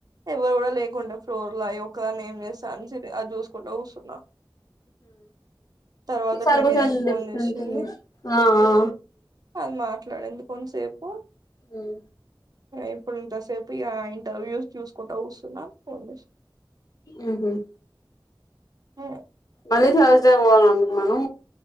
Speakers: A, on the right; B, on the left.
A: ఎవ్వరు కూడా లేకుండే ఫ్లోర్ లో ఒకదాని ఏం చేస్తా అని జూ కూసున్న తర్వాత
B: ఈసారి
A: ట్వంటీ
B: కొంచెం
A: నైన్ ఫోన్
B: డిఫరెంట్
A: చేసింది
B: ఉంది ఆ ఆ
A: అది మాట్లాడింది కొంతసేపు
B: హ్మ్
A: ఇప్పుడు ఇంతసేపు ఇంటర్వ్యూస్ చూసుకుంటూ కూసున్నాను ఫోన్ చేసావ్
B: ఊహూ
A: ఆ
B: మళ్ళీ థర్స్ డే పోవాలంట మనం